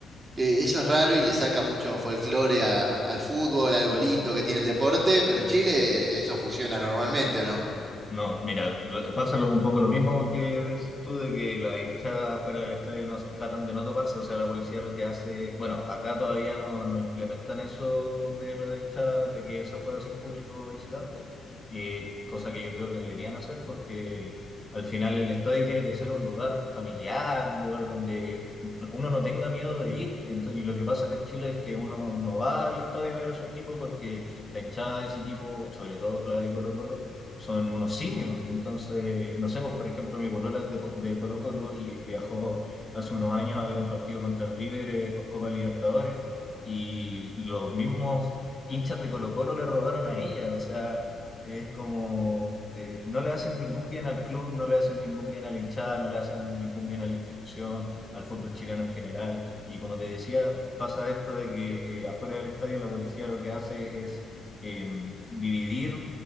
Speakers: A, on the right; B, on the left.
A: eh, eso es raro y le saca mucho folclore a- al fútbol,
B: sí.
A: algo lindo que tiene el deporte, pero en Chile eh, eso funciona normalmente, ¿o no?
B: No, mira, lo- pasa lo- un poco lo mismo que dices tú de que las hinchadas fuera del estadio nos tratan de no toparse, o sea, la policía lo que hace, bueno, acá todavía no, no implementan eso de la hinchada, de que se juega sin público visitante, y cosa que yo creo que deberían hacer porque al final el estadio tiene que ser un lugar familiar, un lugar donde no- uno no tenga miedo de ir, Ento- y lo que pasa acá en Chile es que uno no va al estadio a ver a su equipo porque la hinchada de ese equipo, sobre todo la de Colo-Colo, son unos simios. Entonces, no sé, pues por ejemplo, mi polola es de, de Colo-Colo y viajó hace unos años a ver un partido contra el River eh, por Copa Libertadores y los mismos hinchas de Colo-Colo le robaron a ella. O sea, es como... eh, no le hacen ningún bien al club, no le hacen ningún bien a la hinchada, no le hacen ningún bien a la institución, al fútbol chileno en general. Y como te decía, pasa esto de que eh, afuera del estadio la policía lo que hace es eh, dividir